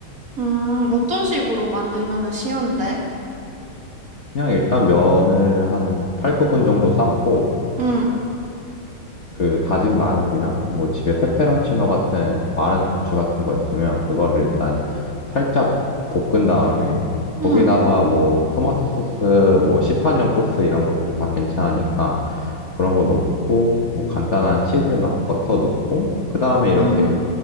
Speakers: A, on the right (about 40°); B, on the left (about 40°).
A: 음, 어떤 식으로 만들면은 쉬운데?
B: 그냥 일단 면을 한 8, 9분 정도 삶고
A: 응,
B: 그 다진 마늘이랑 뭐 집에 페페론치노 같은 마른 고추 같은 거 있으면 그거를 일단 살짝 볶은 다음에 거기다가
A: 응,
B: 뭐 토마토 소스, 뭐 시판용 소스 이런 것도 다 괜찮으니까 그런 거 넣고 뭐 간단한 치즈나 버터 넣고 그 다음에 이렇게
A: 응.